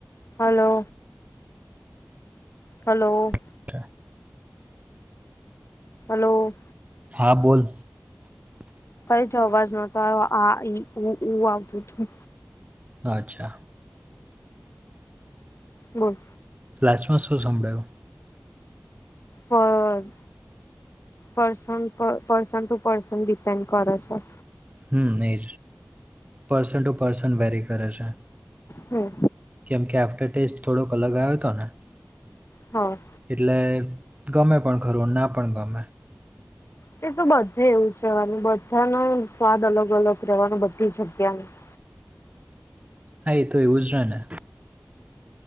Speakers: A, on the left; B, on the right.
A: હલો હલો
B: <unintelligible>
A: હલો
B: હા બોલ
A: કઈ જ અવાજ નોતો આ આ ઈ ઉ ઉ આવતું તું.
B: અચ્છા
A: હમ
B: લાસ્ટમાં શું સાંભળાયુ?
A: પગ. પર્સન પ પર્સન ટુ પર્સન ડિપેન્ડ કર છે.
B: હમ એજ પર્સન ટુ પર્સન વેરી કરે છે.
A: હમ.
B: કેમ કે આફ્ટર ટેસ્ટ થોડોક અલગ આયો તો ને.
A: હો.
B: એટલે ગમે પણ ખરું ના પણ ગમે.
A: તે તો બધે એવું રહેવાનું બધાનો સ્વાદ અલગ અલગ રહેવાનું બધી જગ્યાનું
B: હા એ તો એવુંજ રે ને.